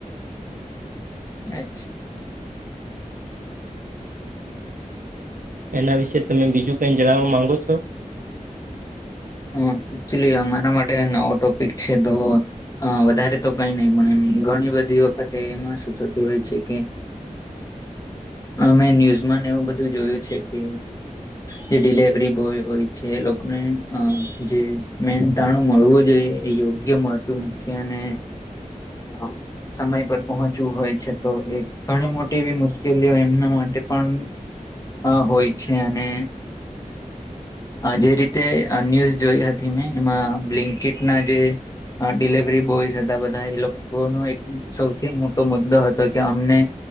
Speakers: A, on the left; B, on the right.
A: અચ્છા.
B: એના વિશેે તમે બીજું કઈ જણાવવા માંગો છો.
A: હ એકચુલીમારા માટે નવો ટોપિક છે તો હ વધારે તો કઈ નહી પણ એમ ઘણી બધી વખતે એમાં શું થતી હોય છે કે
B: <inaudible>
A: મેં ન્યૂઝમાં એવું બધું જોયું છે કે. જે ડિલેવરી બોય હોય છે એ લોકોને. અ જે મેનતાણું મળવું જોઈએ એ યોગ્ય મળતું નથી અને હા સમય પર પહોંચવું હોય છે તો એ ઘણી મોટી એવી મુશ્કેલીઓ એમના માટે પણ હ હોય છે અને જે રીતે. ન્યૂઝ જોઈ હતી મેં એમાં બ્લિન્ટના જે ડિલવરી બોયસ હતા બધા એ લોકોનો એક સૌથી મોટો મુદ્દો હતો કે અમને